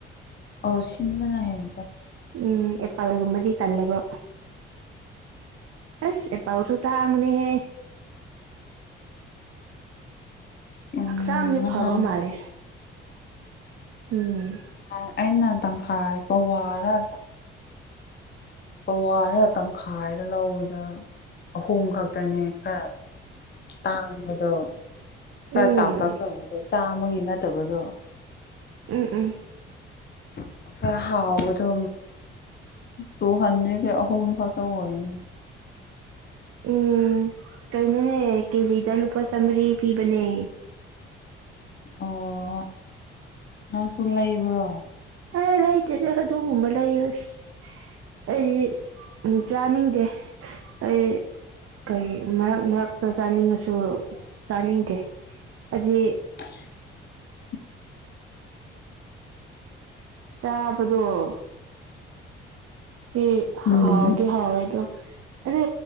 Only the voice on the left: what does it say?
ꯑꯣ ꯁꯤꯟꯕꯅ ꯍꯦꯟ
ꯎꯝ
ꯅꯍꯥꯟ
ꯅꯍꯥꯟ ꯑꯩꯅ ꯇꯪꯈꯥꯏ ꯄꯋꯥꯔ ꯄꯋꯥꯔ ꯇꯪꯈꯥꯏꯔ ꯂꯧꯕꯗ ꯑꯍꯨꯝ ꯈꯛꯇꯅꯦ ꯈꯔ ꯇꯥꯡꯕꯗꯣ ꯈꯔ
ꯆꯥꯎꯇꯥꯛ ꯇꯧꯕꯗꯣ ꯆꯥꯃꯒꯤ ꯅꯠꯇꯕꯗꯣ
<inaudible> ꯈꯔ ꯍꯥꯎꯕꯗꯣ ꯇꯨꯍꯟꯗ꯭ꯔꯦꯠꯀꯤ ꯑꯍꯨꯝ ꯈꯛꯇ ꯑꯣꯏꯅꯤ
ꯑꯣ ꯅꯪꯁꯨ ꯂꯩꯕ꯭ꯔꯣ
<inaudible>
ꯎꯝ